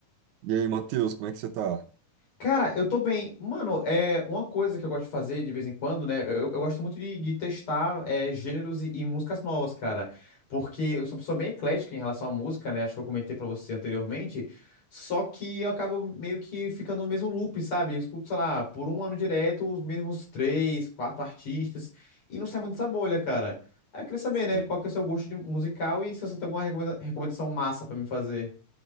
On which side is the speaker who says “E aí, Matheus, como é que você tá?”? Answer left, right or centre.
Right